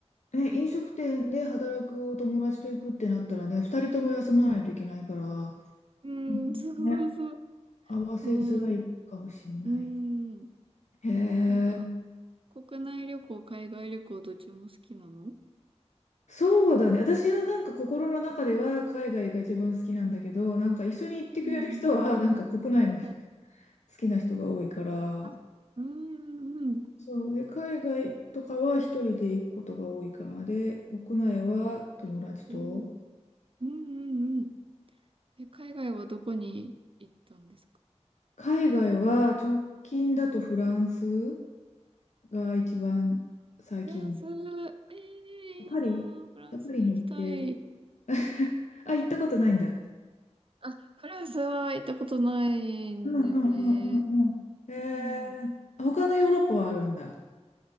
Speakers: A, on the left (about 80°); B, on the right (about 50°).
A: え、飲食店で働くお友達と行くってなったらね、二人とも休まないといけないから、
B: うん、
A: うんね。
B: そうそうそう。
A: 合わせづらいかもしれない。
B: うん。うん。
A: へえ、
B: なんか、国内旅行、海外旅行、どっちも好きなの
A: そうだね。私のなんか心の中では海外が一番好きなんだけど、なんか一緒に行ってくれる人はなんか国内の好
B: うんうん。はい。
A: きな人が多いから、
B: あ、うんうんうん。
A: そうで、海外とかは一人で行くことが多いから、で、国内は友達と、
B: えーうんうんうん。え、海外はどこに行ったんですか
A: 海外は直近だとフランスが一番最近。
B: フランス、えー、いいなーフランス行きたい。
A: パリ、パリに行って、<laughs> あ、行ったことないんだ。
B: あ、フランスは行ったことないんだよね。
A: うんうんうんうんうん。えー、
B: うん。
A: 他のヨーロッパはあるんだ。